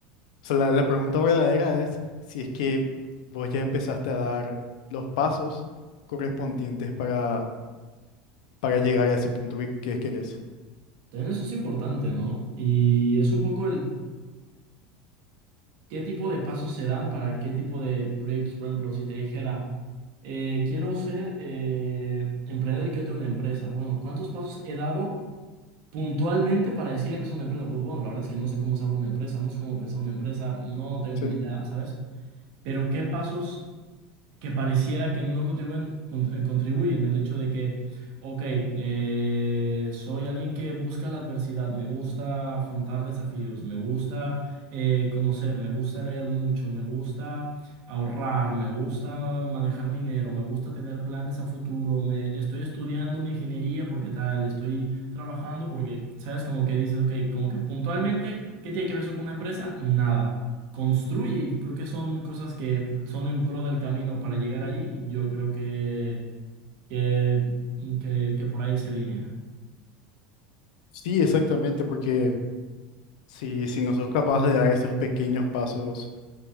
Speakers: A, on the left (about 75°); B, on the right (about 55°).
A: sea, la, la pregunta verdadera es si es que vos ya empezaste a dar los pasos correspondientes para para llegar a ese punto que, que querés.
B: También eso es importante, ¿no? Y es un poco el qué tipo de pasos se dan para qué tipo de proyectos. Por ejemplo, si te dijera, eh, quiero ser eh, emprendedor y quiero tener una empresa. Bueno, ¿cuántos pasos he dado puntualmente para decir empezar una empresa? Pues bueno, la verdad es que no sé cómo se abre una empresa, no sé cómo pensar una empresa, no tengo
A: Sí.
B: ni idea, ¿sabes? Pero ¿qué pasos? que pareciera que no contribuyen, con- eh, contribuyen el hecho de que, ok, eh, soy alguien que busca la adversidad, me gusta afrontar desafíos, me gusta eh, conocer, me gusta leer mucho, me gusta ahorrar, me gusta manejar mi dinero, me gusta tener planes a futuro, me estoy estudiando una ingeniería porque tal, estoy trabajando porque, ¿sabes? Como que dices, ok, como que puntualmente, ¿qué tiene que ver eso con una empresa? Nada construye y creo que son cosas que son en pro del camino para llegar ahí. Yo creo que, que, que, que por ahí se alinea
A: Sí, exactamente, porque si, si no sos capaz de dar esos pequeños pasos